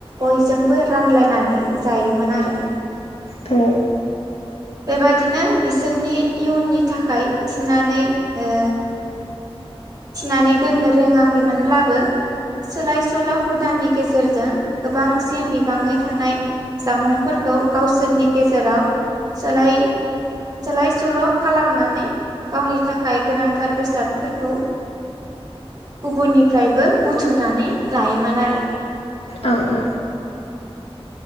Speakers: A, on the right (about 40°); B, on the left (about 80°).
A: बयजोंबो रानलायनानै जायोमोन आरो
B: ध
A: बेबादिनो बिसोरनि इयुननि थाखाय थिनानै ओ थिनानै दोननो रोङाखैमोनब्लाबो सोलायसोल' हुदानि गेजेरजों गोबांसिन बिबाङै थानाय जामुंफोरखौ गावसोरनि गेजेराव सोलाय सोलाय सोल' खालामनानै गावनि थाखाय गोनांथार बेसादफोरखौ गुबुननिफ्रायबो बुथुमनानै लायोमोन आरो
B: औ औ